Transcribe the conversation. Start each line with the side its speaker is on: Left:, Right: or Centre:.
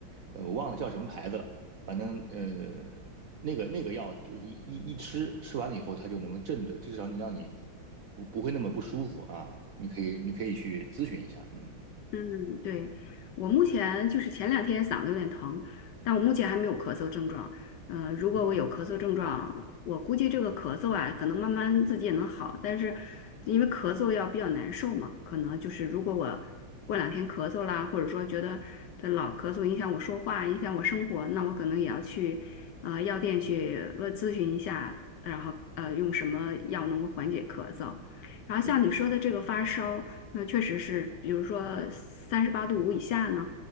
Right: 呃，我忘了叫什么牌子了，反正呃。那个那个药就是一一吃，吃完了以后它就能镇着，至少你让你不不会那么不舒服啊。你可以你可以去咨询一下，嗯
Left: 嗯，对，我目前就是前两天嗓子有点疼，但我目前还没有咳嗽症状。呃，如果我有咳嗽症状，
Right: 嗯，
Left: 我估计这个咳嗽啊，可能慢慢自己也能好。但是因为咳嗽要比较难受嘛，可能就是如果我过两天咳嗽啦，或者说觉得这老咳嗽影响我说话，影响我生活，那我可能也要去呃药店去问咨询一下，然后呃用什么药能够缓解咳嗽。然后像你说的这个发烧。
Right: 对，
Left: 那确实是，比如说三十八度五以下呢，